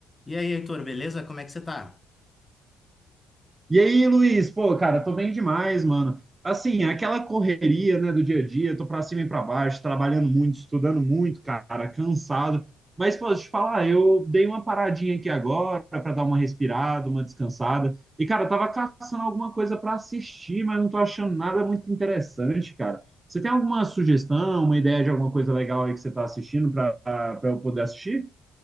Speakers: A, on the left; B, on the right.
A: E aí, Heitor, beleza? Como é que você tá?
B: E aí, Luiz, pô, cara, tô bem demais, mano. Assim, aquela correria, né, do dia a dia, tô pra cima e pra baixo, trabalhando muito, estudando muito, cara, cansado. Mas, pô, deixa eu te falar, eu dei uma paradinha aqui agora pra dar uma respirada, uma descansada. E, cara, eu tava caçando alguma coisa pra assistir, mas não tô achando nada muito interessante, cara. Você tem alguma sugestão, uma ideia de alguma coisa legal aí que você tá assistindo pra, pra eu poder assistir?